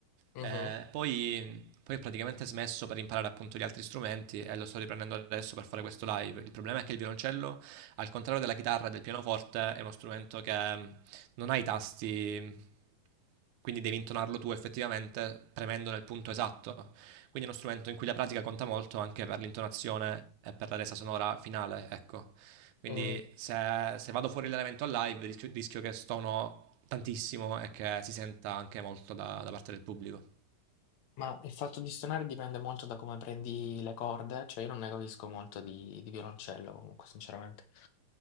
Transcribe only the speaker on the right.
Eh, poi, poi ho praticamente smesso per imparare appunto gli altri strumenti e lo sto riprendendo adesso per fare questo live. Il problema è che il violoncello, al contrario della chitarra e del pianoforte, è uno strumento che non hai i tasti, quindi devi intonarlo tu effettivamente premendo nel punto esatto. Quindi è uno strumento in cui la pratica conta molto anche per l'intonazione e per la resa sonora finale, ecco. Quindi
se, se vado fuori l'elemento a live rischio, rischio che stono tantissimo e che si senta anche molto da, da parte del pubblico.